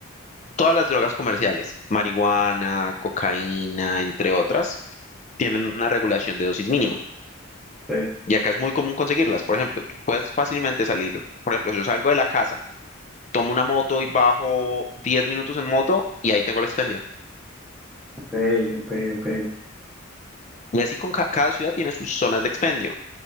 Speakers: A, on the left; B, in the centre.
A: Todas las drogas comerciales, marihuana, cocaína, entre otras, tienen una regulación de dosis mínima.
B: Ok,
A: Y acá es muy común conseguirlas. Por ejemplo, tú puedes fácilmente salir. Por ejemplo, si yo salgo de la casa, tomo una moto y bajo 10 minutos en moto y ahí tengo el expendio.
B: ok, ok. ok.
A: Y así con ca- cada ciudad tiene sus zonas de expendio.